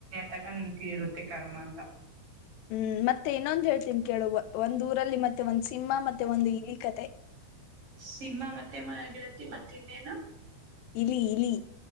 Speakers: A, on the right; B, on the left.
A: ತಕ ನಿಂತ ಇರುತ್ತೆ ಕರ್ಮ ಅಂತ.
B: ಹ್ಮ್ ಮತ್ತೆ ಇನ್ನೊಂದು ಹೇಳ್ತೀನಿ ಕೇಳು ಒಂದ ಊರಲ್ಲಿ ಮತ್ತೆ. ಮತ್ತೆ ಒಂದು ಸಿಂಹ ಮತ್ತೆ ಒಂದು ಇಲಿ ಕತೆೆ.
A: ಸಿಂಹ ಮತ್ತೆ ಮ ಗೆಳತಿ ಮತ್ತ ಇನ್ನೇನು.
B: ಇಲಿ ಇಲಿ.